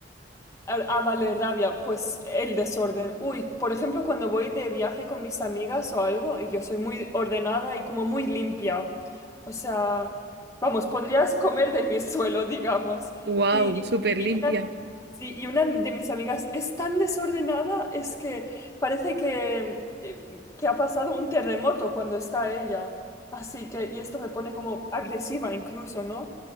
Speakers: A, on the left; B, on the right.
A: A, a Valerrabia, pues el desorden. Uy, por ejemplo, cuando voy de viaje con mis amigas o algo, y yo soy muy ordenada y como muy limpia. O sea, vamos, podrías comer de mi suelo, <laughs> digamos.
B: ¡Wow!
A: Y,
B: Súper limpia.
A: y Sí, y una de mis amigas es tan desordenada, es que parece que, eh, que ha pasado un terremoto cuando está ella. Así que, y esto me pone como agresiva incluso, ¿no?